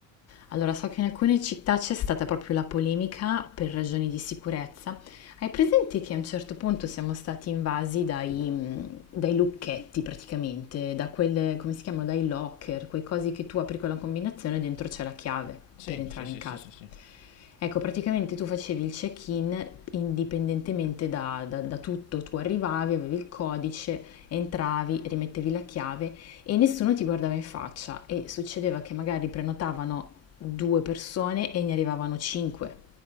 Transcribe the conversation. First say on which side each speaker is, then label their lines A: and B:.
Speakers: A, on the left (about 40°); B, on the left (about 85°).
A: Allora, so che in alcune città c'è stata proprio la polemica per ragioni di sicurezza. Hai presente che a un certo punto siamo stati invasi dai, mh, dai lucchetti praticamente, da quelle, come si chiamano, dai locker, quei cosi che tu apri con la combinazione e dentro c'è la chiave
B: Sì,
A: per entrare
B: sì, sì,
A: in casa.
B: sì, sì, sì.
A: Ecco, praticamente tu facevi il check-in indipendentemente da, da da tutto, tu arrivavi, avevi il codice, entravi, rimettevi la chiave e nessuno ti guardava in faccia e succedeva che magari prenotavano due persone e ne arrivavano cinque.